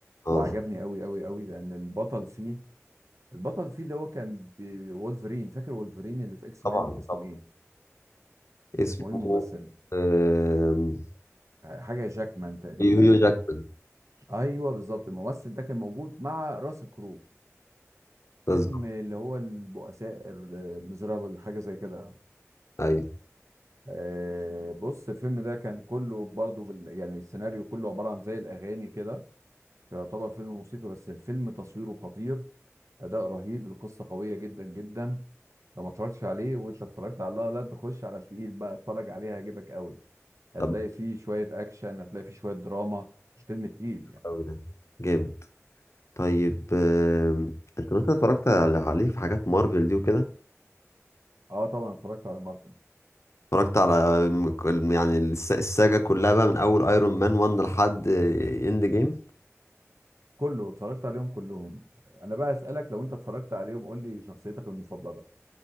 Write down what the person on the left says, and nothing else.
اه
طبعا
طبعا
اسمه
آم،
هيو جاكمان
بالظبط
ايوه
طب
أوي ده جامد طيب آم، انت مثلا اتفرجت على- عليه في حاجات مارفل دي وكده
اتفرجت على م- كل- يعني الس- الساجة كلها بقى من أول أيرون مان 1 لحد إند جيم